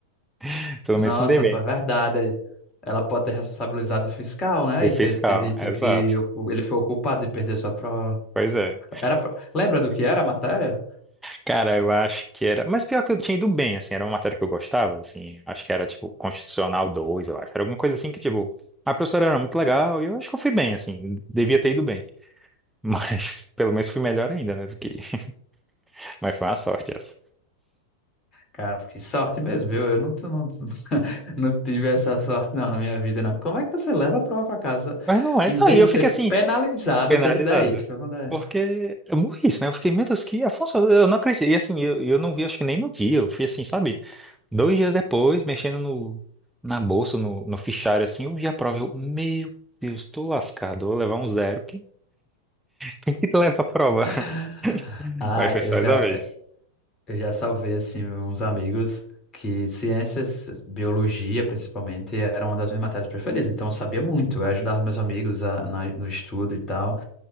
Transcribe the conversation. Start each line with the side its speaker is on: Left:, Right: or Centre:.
Centre: <laughs> pelo
Left: Nossa,
Centre: menos me dei bem.
Left: pô, é verdade. Ela pode ter responsabilizado o fiscal, né,
Centre: O
Left: e
Centre: fiscal,
Left: ter, ter dito
Centre: exato,
Left: que o- ele foi o culpado de perder sua prova.
Centre: pois é.
Left: Era, pra- lembra do que era a matéria?
Centre: Cara, eu acho que era, mas pior que eu tinha ido bem, assim, era uma matéria que eu gostava, assim, acho que era, tipo, Constitucional 2 eu acho, era alguma coisa assim que, tipo, a professora era muito legal, e eu acho que eu fui bem, assim, devia ter ido bem, mas <laughs> pelo menos fui melhor ainda, né, do que, <laughs> mas foi uma sorte essa.
Left: Cara, que sorte mesmo, eu, eu não, tu- não, tu- <laughs> não tive essa sorte não na minha vida, não. Como é que você leva a prova para casa?
Centre: Mas não é.
Left: Em vez
Centre: Não, e eu
Left: de
Centre: fiquei
Left: ser
Centre: assim,
Left: penalizado,
Centre: penalizado.
Left: teve dez foi quando é.
Centre: Porque eu morri, isso, né? Eu fiquei, meu Deus, que Afonso, eu não acredito. E assim, eu, eu não vi, acho que nem no dia. Eu fui assim, sabe? Dois dias depois, mexendo no, na bolsa, no, no fichário, assim, eu vi a prova. Eu, meu Deus, tô lascado. Vou levar um zero. que- Quem que leva a prova?
Left: <laughs>
Centre: <laughs>
Left: Ah,
Centre: Mas foi
Left: eu
Centre: só
Left: já,
Centre: essa vez.
Left: Eu já salvei assim uns amigos que ciências, biologia principalmente, era uma das minhas matérias preferidas. Então eu sabia muito, eu ajudava meus amigos a- na- no estudo e tal.